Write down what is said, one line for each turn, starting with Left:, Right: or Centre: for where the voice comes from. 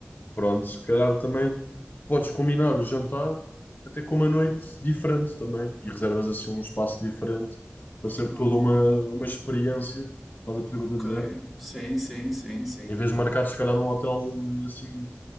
Left: Pronto, se calhar também podes combinar o jantar até com uma noite diferente também e reservas assim um espaço diferente para ser
Centre: Ok,
Left: toda uma, uma experiência. Estás a perceber
Centre: ok.
Left: o que eu estou a dizer?
Centre: sim, sim, sim, sim.
Left: Em vez de marcar, se calhar, num hotel eh, assim,